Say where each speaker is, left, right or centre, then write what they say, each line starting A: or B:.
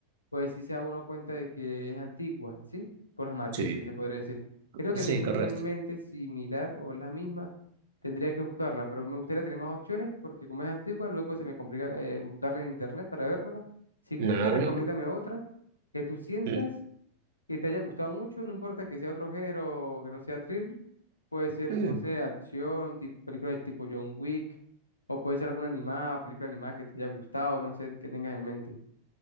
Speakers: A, on the left (about 80°); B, on the right (about 55°).
A: pues sí se da uno cuenta de que es antigua, ¿sí? Por los matices,
B: Sí,
A: se podría decir. Creo que
B: sí,
A: tengo
B: correcto.
A: una en mente similar o la misma. Tendría que buscarla, pero me gustaría tener más opciones porque como es antigua, luego se me complica eh, buscarla en internet para vérmela. Si gusta,
B: No,
A: recomiéndame
B: no,
A: otra que tú sientas
B: mm,
A: que te haya gustado mucho, no importa que sea otro género o que no sea thrill. Puede ser,
B: mm.
A: no sé, acción, tipo, películas tipo John Wick, o puede ser alguna animada, película animada que te haya gustado, no sé, que tengas en mente.